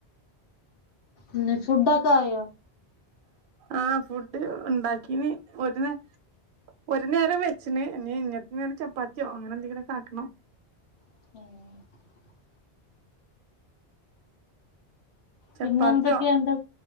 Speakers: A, on the left (about 85°); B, on the right (about 60°).
A: ന്നെ ഫുഡൊക്കായോ
B: ആഹ് ഫുഡ് ണ്ടാക്കീന് ഒര്നേ ഒര് നേരം വെച്ച്ണ്. ഞ്ഞി ഞ്ഞത്തെ നേരം ചപ്പാത്തിയോ അങ്ങനെ എന്തെങ്കിലുംക്കെ ആക്കണം
A: ഉം
B: ചപ്പാത്തിയോ
A: പിന്നെ എന്തൊക്കെയുണ്ട്